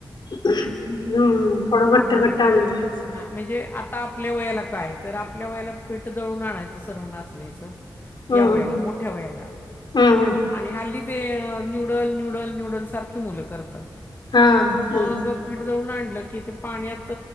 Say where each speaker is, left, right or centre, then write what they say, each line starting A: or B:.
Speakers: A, on the left; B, on the left.
A: हम्म थोडं घट्ट
B: हम्म.
A: घट्ट आणत राहायचं.
B: हा म्हणजे आता आपल्या वयाला काय तर आपल्या वयाला पीठ दळून आणायचं सरल नाचणीचं.
A: हम्म
B: या वयाला मोठ्या वयाला
A: हम्म हम्म
B: आणि हा लि ते न्यूडल न्यूडल न्यूडल सारखी मुलं करतात
A: हा दोन
B: मग पीठ जळून आणलं की ते पाण्यात